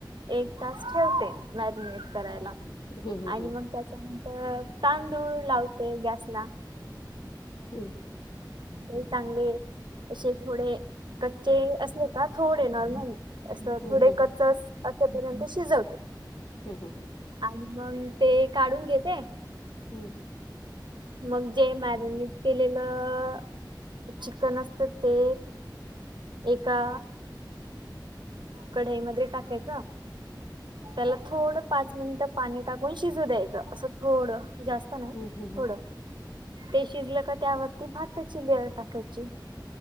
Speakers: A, on the right; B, on the left.
A: एक तास ठेवते मॅरिनेट करायला.
B: हम्म
A: आणि
B: हम्म
A: मग त्याच्यानंतर तांदूळ लावते गॅसला.
B: हम.
A: लई चांगले असे थोडे कच्चे असले का थोडे नॉर्मल असं
B: हम्म
A: थोडे
B: हम्म
A: कच्च अ असेपर्यंत शिजवते
B: हम्म
A: आणि मग ते काढून घेते.
B: हम्म
A: मग जे मॅरिनेट केलेलं चिकन असत ते एका कढईमध्ये टाकायच
B: <inaudible>
A: त्याला थोडं पाच मिनिटं पाणी टाकून शिजू द्यायचं असं थोडं जास्त नाही
B: हम्म हम्म हम्म
A: थोडं ते शिजलं का त्यावरती भाताची लेयर टाकायची.